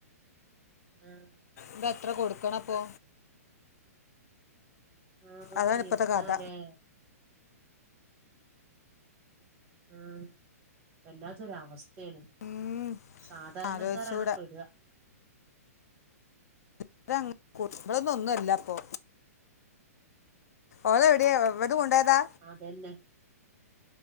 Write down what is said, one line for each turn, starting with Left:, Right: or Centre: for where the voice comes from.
Right: ആഹ്
Left: ഇതത്ര കൊടുക്കണ അപ്പോ
Right: ആഹ്
Left: അതാണ് ഇപ്പഴത്തെ
Right: എന്താലേ
Left: കഥ
Right: ആഹ് വല്ലാത്തൊരു അവസ്തേണ്
Left: ഉം,
Right: സാധാരണക്കാരാണ്
Left: ആലോചിച്ചൂടാ
Right: പ്പേ ടാ
Left: <unintelligible> കൊടുക്കുന്നത് ഇവിടെന്നും ഒന്നുമല്ല പ്പോ ഓലോ എവിടെയാ എവിടെന്ന് കൊണ്ടായതാ
Right: അതെന്നെ